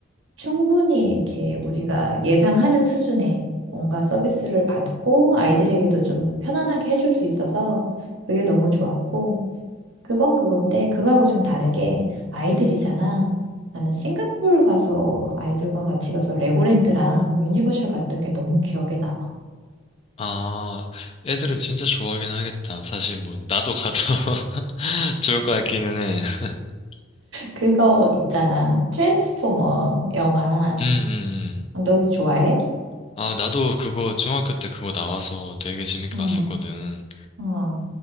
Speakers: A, on the right; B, on the left.
A: 충분히 이렇게 우리가 예상하는 수준의 뭔가 서비스를 받고 아이들에게도 좀 편안하게 해줄 수 있어서 그게 너무 좋았고 그건 그건데 그거하고 좀 다르게 아이들이잖아. 나는 싱가포르 가서 아이들과 같이 가서 레고랜드랑 유니버셜 갔던 게 너무 기억에 남아.
B: 아, 애들은 진짜 좋아하긴 하겠다. 사실 뭐, 나도 가도 <laughs> 좋을 것 같기는 해. <laughs>
A: 그거 있잖아. 트랜스포머 영화.
B: 음, 음, 음.
A: 너 그거 좋아해?
B: 아, 나도 그거 중학교 때 그거 나와서 되게 재밌게
A: 응.
B: 봤었거든.
A: 어,